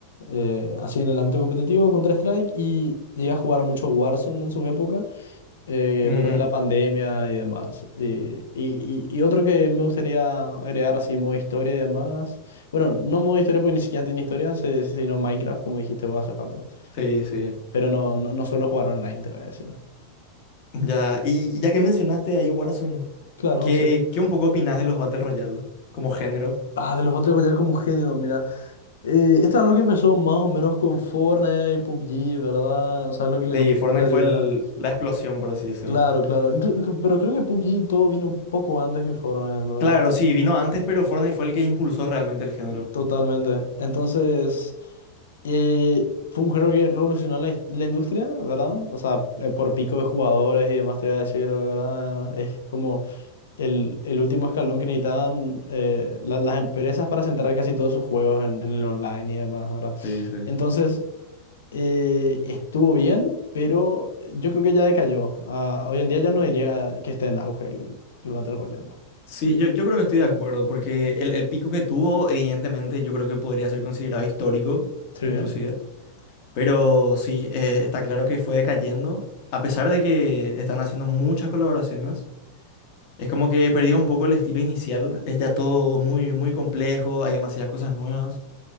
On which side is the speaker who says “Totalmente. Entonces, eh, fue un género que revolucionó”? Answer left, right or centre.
Left